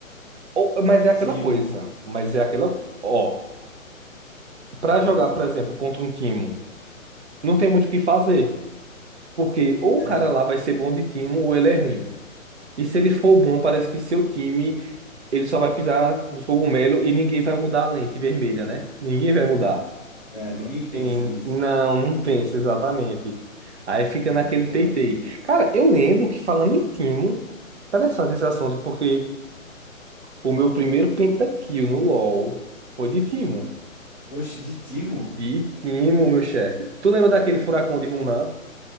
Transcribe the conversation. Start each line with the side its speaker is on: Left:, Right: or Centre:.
Right: Ou- Mas é aquela
Centre: Timo.
Right: coisa. Mas é aquela. Ó, pra jogar,
Centre: Não gosto.
Right: por exemplo, contra um time, não tem muito o que fazer. Porque ou o
Centre: É,
Right: cara lá vai ser bom de time ou ele é ruim. E se ele for bom, parece que seu time, ele só vai pisar nos cogumelos e ninguém vai mudar a lente vermelha, né? Ninguém vai mudar.
Centre: é, ninguém pensa
Right: Em-
Centre: nisso.
Right: Não, não pensa exatamente. Aí fica
Centre: Mas
Right: naquele
Centre: é muito chato.
Right: teitei. Cara, eu lembro que falando em time, interessante esse assunto, porque o meu primeiro pentakill no LoL foi de Timo
Centre: Oxe, de Timo?
Right: De Timo, meu chefe. Tu lembra daquele furacão de Hunan?